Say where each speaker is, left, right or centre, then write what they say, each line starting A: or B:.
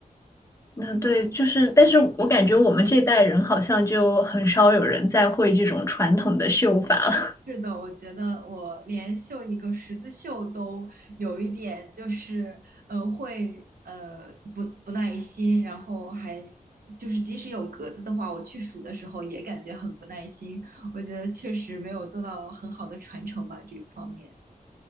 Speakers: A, on the left; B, on the right.
A: 那对，就是，但是我感觉我们这代人好像就很少有人再会这种传统的绣法，了。
B: 是的，我觉得我连绣一个十字绣都有一点，就是呃会呃不不耐心，然后还就是即使有格子的话，我去数的时候也感觉很不耐心。我觉得确实没有做到很好的传承吧，这一方面。